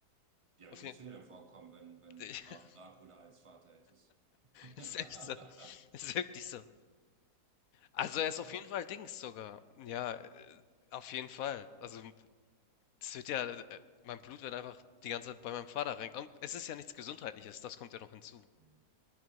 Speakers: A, on the right; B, on the left.
A: wie
B: Auf
A: würdest
B: jeden
A: du dir denn vorkommen, wenn, wenn
B: <laughs>
A: du Graf Dracula als Vater hättest? <laughs>
B: ist echt so. Ist wirklich so. Also er ist
A: Oder?
B: auf jeden Fall Dings sogar. Ja, äh, auf jeden Fall. Also es wird ja, äh, mein Blut wird einfach die ganze Zeit bei meinem Vater rein. Und es ist ja nichts Gesundheitliches, das kommt ja noch hinzu.
A: Mhm.